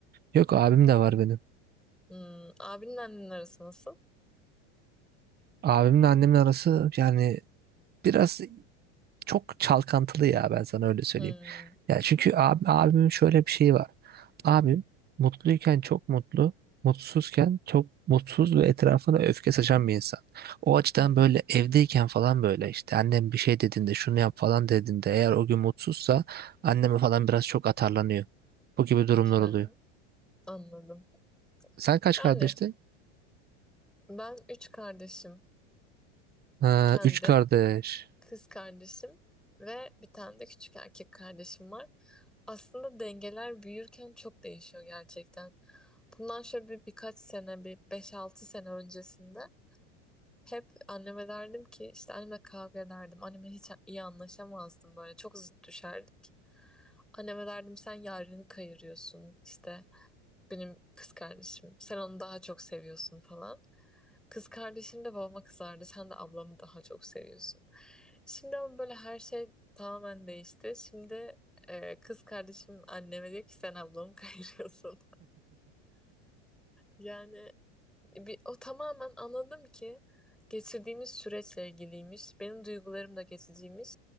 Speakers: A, on the right (about 30°); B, in the centre.
A: Yok abim de var benim.
B: Hmm, abinin annenin arası nasıl?
A: Abimle annemin arası yani biraz çok çalkantılı ya ben sana öyle söyleyeyim.
B: Hmm.
A: Ya çünkü abi, abimin şöyle bir şeyi var. Abim mutluyken çok mutlu, mutsuzken çok mutsuz ve etrafına öfke saçan bir insan. O açıdan
B: Hı,
A: böyle evdeyken falan böyle işte annem bir şey dediğinde şunu yap falan dediğinde eğer o gün mutsuzsa anneme falan biraz çok atarlanıyor. Bu gibi durumlar
B: ha,
A: oluyor.
B: anladım.
A: Sen kaç
B: Yani
A: kardeştin?
B: ben üç kardeşim.
A: Ha,
B: Kendim,
A: üç kardeş.
B: kız kardeşim ve bir tane de küçük erkek kardeşim var. Aslında dengeler büyürken çok değişiyor gerçekten. Bundan şöyle bir, birkaç sene, bir beş altı sene öncesinde hep anneme derdim ki işte anneme kavga ederdim. Anneme hiç iyi anlaşamazdım böyle çok zıt düşerdik. Anneme derdim sen yarını kayırıyorsun işte benim kız kardeşim. Sen onu daha çok seviyorsun falan. Kız kardeşim de babama kızardı. Sen de ablamı daha çok seviyorsun. Şimdi ama böyle her şey tamamen değişti. Şimdi e, kız kardeşim anneme diyor ki sen ablamı <laughs> kayırıyorsun. Yani bir, o tamamen anladım ki geçirdiğimiz süreçle ilgiliymiş. Benim duygularım da geçiciymiş.